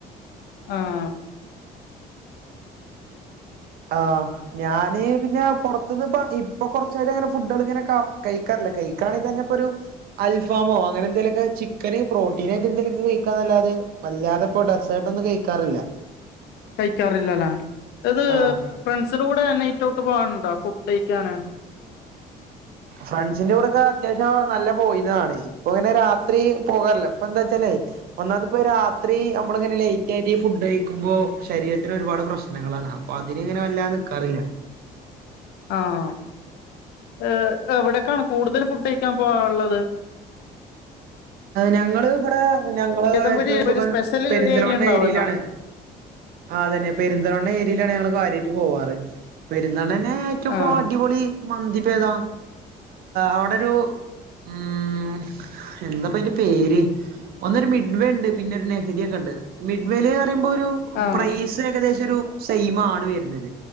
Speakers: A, on the left; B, on the right.
A: ആഹ
B: ആ് ഞാന് പിന്നെ പുറത്തുന്ന് ഇപ്പ ഇപ്പൊ കൊറച് ഏറെയി അങ്ങനെ ഫുഡുകൾ ഇങ്ങനെ കഴിക്കറ കഴിക്കാണെക്കിൽ തന്നെ ഇപ്പോരു അൽഫാമോ അങ്ങനെ എന്തലൊക്കെ ചിക്ക പ്രോട്ടീനായിട്ട് എ ന്തെങ്കിലുമൊക്കെ കഴിക്കാന്നല്ലാതെ അല്ലാതിപ്പോ ഡെസർട് ഒന്നും കഴിക്കാറില്ല
A: കഴിക്കാറില്ലല്ല അത്
B: ആഹ്
A: ഫ്രണ്ട്സിന്റെ കൂടെ തന്നെ ഇടോട്ട് പോകാനുണ്ടോ ഫുഡ് കഴിക്കാന്
B: ഫ്രണ്ട്സിന്റെ കൂടെക്കെ അത്യാവശ്യം നല്ല പോയി ഇപ്പ ഇങ്ങനെ രാത്രി പോകാറില്ല ഇപ്പ എന്താ വെച്ചാലേ ഒന്നതിപ്പോ രാത്രി നമ്മള ഇങ്ങനെ ലറ്റ് റ്റായിട്ട് ഫുഡ് കഴിക്കുമ്പോ ശരീരത്തിന് ഒരുപാട് പ്രശ്നങ്ങളാണ് അപ്പൊ അതിന് ഇങ്ങനെ വല്ലത നിക്കാറില്ല
A: ആഹ ഏർ എവിടെക്കാണ് കൂടുതൽ ഫുഡ് കഴിക്കാൻ പോവാറുള്ളത്
B: ഞങ്ങള് ഇവിടെ ഞങ്ങള്
A: ഏതെങ്കിലും
B: ഏറ്റവും
A: ഒരു
B: സുഖം
A: ഒരു സ്പെഷ്യൽ
B: പെരിന്തൽമണ്ണ
A: ഏരിയ ഉണ്ടാവല്ലോ
B: ഏരിയയിലാണ് ആതന്നെ പെരുന്ത ൽമണ്ണ ഏരിയയിലാണ് ഞങ്ങള് കാര്യമായിട്ട് പോവാറ് പെരുന്നാണനെ ഏറ്റവും
A: ആഹ്
B: അടിപൊളി മന്തിഭേദാ അവിടെരു ഉം എന്താപ്പ അതിന്റെ പേര് ഒന്നൊരു മിഡവേ ഉണ്ട് പിന്നെ ഒരു നെഹരിൊക്കെ ഉണ്ട് മിഡ്വേല് പറയ്പോരു
A: ആഹ്
B: പ്രൈസ് ഏകദേശം ഒരു സെയ്മണ് വരുന്നത്